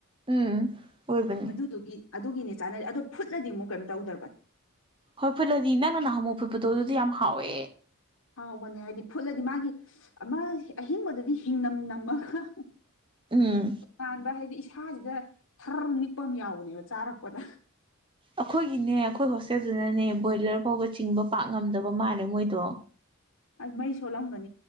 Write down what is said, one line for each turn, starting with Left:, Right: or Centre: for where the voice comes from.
Right: ꯎꯝ ꯑꯣꯏꯕꯅꯦ
Left: ꯑꯗꯨꯗꯨꯒꯤ ꯑꯗꯨꯒꯤꯅꯦ ꯆꯥꯟꯅꯗ ꯑꯗꯣ ꯐꯨꯠꯂꯗꯤ ꯑꯃꯨꯛ ꯀꯩꯝ ꯇꯧꯗ꯭ꯔꯕꯅꯦ
Right: ꯍꯣꯏ ꯐꯨꯠꯂꯗꯤ ꯅꯪꯅ ꯅꯍꯥꯃꯨꯛ ꯐꯨꯠꯄꯗꯣ ꯑꯗꯨꯗꯤ ꯌꯥꯝ ꯍꯥꯎꯋꯦ
Left: ꯍꯥꯎꯕꯅꯦ ꯍꯥꯏꯗꯤ ꯐꯨꯠꯂꯗꯤ ꯃꯥꯒꯤ ꯑꯃ ꯑꯍꯤꯡꯕꯗꯨꯗꯤ ꯍꯤꯡꯅꯝ ꯅꯝꯃꯒ
Right: ꯎꯝ
Left: ꯇꯣꯉꯥꯟꯕ ꯍꯥꯏꯗꯤ ꯏꯁꯥꯁꯤꯗ ꯊꯔ ꯅꯤꯛꯄ ꯑꯃ ꯌꯥꯎꯕꯅꯦꯕ ꯆꯥꯔꯛꯄꯗ
Right: ꯑꯈꯣꯏꯒꯤꯅꯦ ꯑꯈꯣꯏ ꯍꯣꯁ ꯑꯗꯨꯗꯨꯅꯅꯦ ꯕꯣꯏꯂꯔ ꯐꯥꯎꯕ ꯆꯤꯡꯕ ꯄꯥꯛ ꯉꯝꯗꯕ ꯃꯥꯜꯂꯦ ꯃꯣꯏꯗꯣ
Left: ꯑꯗꯨ ꯃꯩ ꯁꯣꯜꯂꯝꯒꯅꯤ